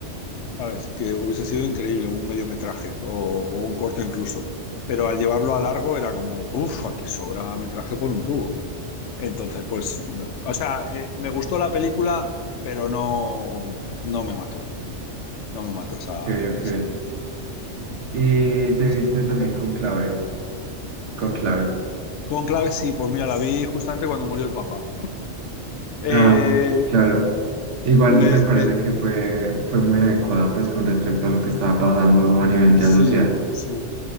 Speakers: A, on the left; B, on the right.
A: ¿sabes? Que hubiese sido increíble, un mediometraje o, o un corto incluso. Pero al llevarlo a largo era como, uff, aquí sobra metraje por un tubo. Entonces, pues, o
B: Ok,
A: sea, eh, me gustó la película, pero no, no me mató. No me mató esa,
B: ok.
A: esa película. Mm,
B: Y te
A: o sea.
B: viste también con clave, con clave.
A: Cónclave sí, pues mira, la vi justamente cuando murió el Papa. Eh,
B: Ah, claro. Igual
A: me,
B: me parece
A: me
B: que fue, fue muy adecuada pues con respecto a lo que estaba pasando a nivel
A: Sí,
B: ya social.
A: sí.